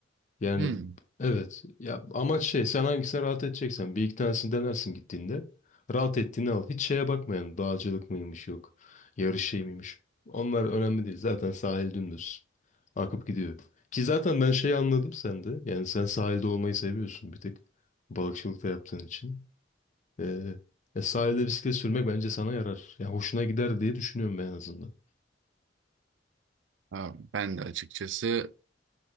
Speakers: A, on the left; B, on the right.
A: Yani
B: Hmm.
A: evet ya amaç şey sen hangisine rahat edeceksen bir iki tanesini denersin gittiğinde rahat ettiğini al. Hiç şeye bakmayan dağcılık mıymış yok yarış şey miymiş. Onlar önemli değil zaten sahil dümdüz akıp gidiyor. Ki zaten ben şeyi anladım sende yani sen sahilde olmayı seviyorsun bir tek Balıkçılık da yaptığın için. Ee, e, sahilde bisiklet sürmek bence sana yarar. Yani hoşuna gider diye düşünüyorum ben en azından.
B: Ha, Ben de açıkçası